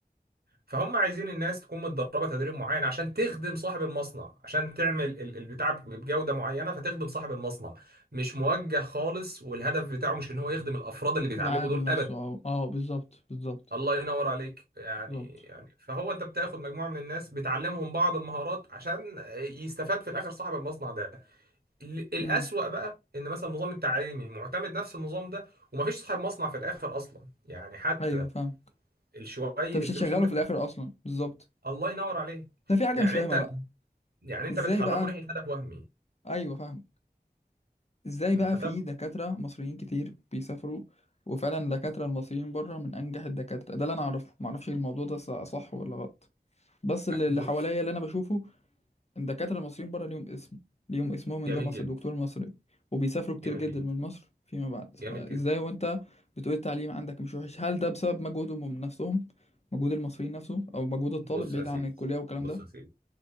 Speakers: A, on the right; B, on the left.
A: فهم عايزين الناس تكون متدربه تدريب معين عشان تخدم صاحب المصنع عشان تعمل ال- البتاع بجوده معينه فتخدم صاحب المصنع مش موجه خالص والهدف بتاعه مش ان هو يخدم الافراد اللي بيتعلموا
B: العامل
A: دول
B: نفسه
A: ابدا
B: اه اه بالظبط بالظبط
A: الله ينور عليك يعني
B: بالظبط
A: يعني فهو انت بتاخد مجموعه من الناس بتعلمهم بعض المهارات عشان يستفاد في الاخر صاحب المصنع ده ال- الاسوأ
B: امم
A: بقى ان مثلا النظام التعليمي معتمد نفس النظام ده ومفيش صاحب مصنع في الاخر اصلا يعني حتى
B: ايوه فاهم
A: شويه
B: انت مش
A: الفلوس
B: هتشغله
A: اللي انت
B: في الاخر
A: كنت
B: اصلا بالظبط
A: الله ينور عليك
B: ده في حاجه
A: يعني
B: مش فاهمه
A: انت
B: بقى
A: يعني انت
B: ازاي
A: بتحركه
B: بقى
A: ناحيه هدف وهمي
B: ايوه فاهم ازاي
A: فتبقى
B: بقى في دكاتره مصريين كتير بيسافروا وفعلا الدكاتره المصريين بره من انجح الدكاتره ده اللي انا اعرفه ما اعرفش الموضوع ده ص- صح ولا غلط بس اللي
A: بص
B: اللي حواليا اللي انا بشوفه ان الدكاتره المصريين بره ليهم اسم ليهم اسمهم ان
A: جميل
B: ده مصر
A: جدا
B: دكتور مصري وبيسافروا كتير
A: جميل
B: جدا
A: جدا
B: من مصر فيما بعد فازاي
A: جميل جدا
B: وانت بتقول التعليم عندك مش وحش هل ده بسبب مجهودهم من نفسهم مجهود المصريين نفسه او مجهود الطالب
A: بص
B: بعيد
A: يا سيدي
B: عن الكليه والكلام
A: بص
B: ده
A: يا سيدي